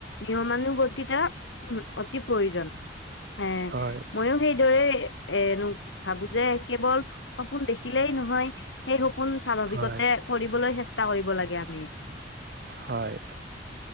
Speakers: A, on the left; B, on the right.
A: নিয়মানুব্ততা অতি প্ৰয়োজন এ
B: হয়
A: মইো। সেইদৰে এ ভাবো যে কেৱল। সপোন দেখিলেই নহয় সেই সপোন স্বাভাৱিকতে
B: হয়
A: কৰিবলৈ চেষ্টা কৰিব লাগে আমি।
B: হয়।